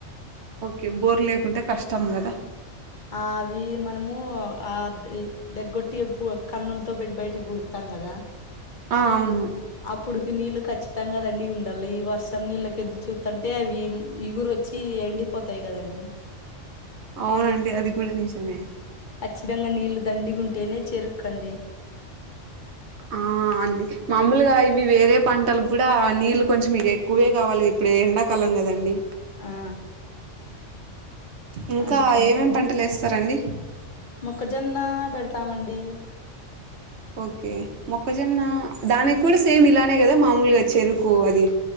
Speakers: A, on the right; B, on the left.
A: ఓకే బోర్ లేకుంటే కష్టం కదా
B: ఆవి మనమూ ఆ ద్ ద్దెగ్గొట్టి ప్పు కన్నుల్తో పెట్టి బయటికి పూడుత్తాం కదా
A: ఆ అవును
B: అప్పుడుకి నీళ్ళు ఖచ్చితం కదండి ఉండాల్ల ఈ వర్షం నీళ్ళకి ఎదురుచూత్తంటే అవి ఈగురొచ్ చి ఎండిపోతయి కదండి
A: అవునండి అది కూడ నిజమే
B: ఖచ్చితంగ నీళ్ళ దండిగుంటేనే చెరుక్కండి
A: ఆ అండి మామలుగా ఇవి వేరే పంటలుగ్గుడా నీళ్ళు కొంచెం ఇగెక్ కువ్వే గావాలి ఇప్పుడు ఎండాకాలం కదండి
B: ఆ
A: ఇంకా
B: అందుకని
A: ఏమేం పంటలేస్తారండి
B: మొక్కజొన్న పెడతామండి
A: ఓకే మొక్కజొన్న దానిక్కుడా సేమ్ ఇలానే కదా మామూలుగా చెరుకు అది